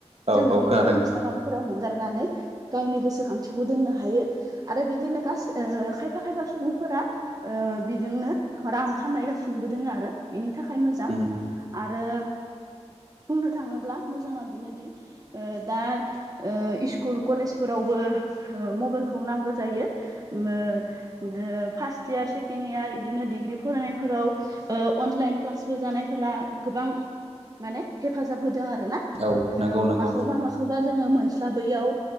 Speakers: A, on the right; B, on the right.
A: औ
B: जोङो
A: औ
B: बेफोराव
A: खोनादों
B: इन्सटाग्रामफोराव हेंगारनानै गावनि गोसोखांथिखौ दोननो हायो। आरो बिदिनो गासै ओ खायफा खायफा सुबुंफोरा ओ बेजोंनो रां खामायगासिनोबो दोङो आरो बिनि थाखाय मोजां
A: उम
B: आरो बुंनो थाङोब्ला मोजाङा बेनोदि ओ दा ओ इस्कुल कलेजफोरावबो ओ मबाइलखौ नांगौ जायो। मो दो फार्स्ट इयार सेकेण्ड यार इदिनो डिग्रि फरायनायफोराव ओ अनलाइन क्लासबो जानायफोरा गोबां माने हेफाजाब होदों आरो ना।
A: औ
B: ओ
A: नंगौ नंगौ
B: माखौबा
A: नंगौ
B: माखौबा जोङो मोनस्लाबैयाव